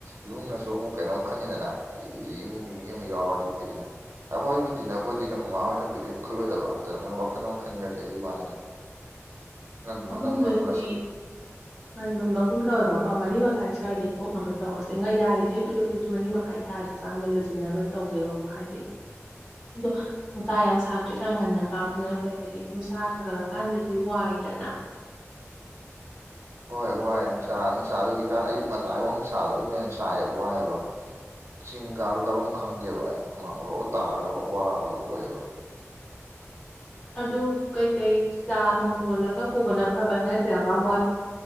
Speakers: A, on the right; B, on the left.
A: ꯏꯃꯨꯡꯅꯁꯨ ꯑꯃꯨꯛ ꯀꯩꯅꯣꯝ ꯈꯟꯅꯤꯗꯅ ꯍꯥꯏꯗꯤ ꯏꯃꯨꯡꯒꯤ ꯃꯤ ꯑꯃ ꯌꯥꯎꯔꯗꯤ ꯐꯩꯗꯅ ꯑꯩꯈꯣꯏꯕꯨ ꯇꯤꯟꯅꯕꯕꯨꯗꯤ ꯅꯣꯏ ꯃꯃꯥ ꯍꯣꯏꯅꯕꯨ ꯀꯔꯤꯝ ꯈꯜꯂꯣꯏꯗꯕ ꯑꯗꯨꯅ ꯃꯣꯏ ꯋꯥꯈꯜ ꯑꯃ ꯈꯟꯈ꯭ꯔꯗꯤ ꯑꯗꯨꯒꯤ ꯋꯥꯅꯤꯗ ꯉꯟ
B: ꯑꯍꯨꯝꯗꯨꯗꯤ
A: ꯉꯟ ꯉꯟꯃꯜꯂꯁꯨ ꯎꯝ
B: ꯉꯟꯃꯟꯕꯒꯨꯝ ꯇꯧꯋꯦꯕꯀꯣ ꯃꯔꯤ ꯃꯈꯥꯏ ꯁ꯭ꯋꯥꯏꯗꯩ ꯊꯣꯛꯅꯕ ꯇꯧꯔꯁꯦ ꯉꯥ ꯌꯥꯔꯤꯈꯩꯕꯨꯗꯤ ꯑꯩꯈꯣꯏꯁꯨ ꯃꯔꯤ ꯃꯈꯥꯏ ꯇꯥꯔꯦ ꯏꯁꯥ ꯍꯥꯟꯗ ꯂꯣꯏꯁꯤꯟꯅꯕ ꯇꯧꯒꯦꯕꯀꯣ ꯍꯥꯏꯗꯤ ꯑꯗꯣ ꯅꯨꯡꯁꯥ ꯌꯥꯝ ꯁꯥꯗꯔꯤꯀꯥꯟ ꯉꯟꯅ ꯀꯥꯕꯗꯨꯅ ꯐꯩ ꯍꯥꯏꯗꯤ ꯅꯨꯡꯁꯥ ꯁꯥꯒꯠꯂꯀꯥꯟꯗꯗꯤ ꯋꯥꯏ ꯗꯅ
A: ꯍꯣꯏ ꯋꯥꯏ ꯅꯨꯡꯁꯥ ꯅꯨꯡꯁꯥꯗꯨ ꯍꯧꯖꯤꯛꯀꯥꯟ ꯑꯌꯨꯛ ꯉꯟꯇꯥꯒꯤ ꯋꯪ ꯁꯥꯕꯗꯣ ꯑꯗꯨꯅ ꯍꯦꯟꯅ ꯁꯥꯏꯌꯦꯕ ꯋꯥꯏꯑꯦꯕ ꯆꯤꯡ ꯀꯥꯕꯗꯨ ꯀꯥꯕꯝ ꯈꯪꯗꯦꯕ ꯑꯩ ꯍꯨꯃꯥꯡ ꯑꯣꯔꯣꯔꯣ ꯇꯥꯔꯒ ꯋꯥꯕꯗꯣ ꯑꯣꯏꯌꯦꯕ
B: ꯑꯗꯨ ꯀꯩꯀꯩ ꯆꯥ ꯅꯣꯡ ꯂꯣꯜꯂꯒ ꯄꯨꯕꯅ ꯐꯕ꯭ꯔ ꯅꯠꯇ꯭ꯔꯒ ꯃꯣꯏ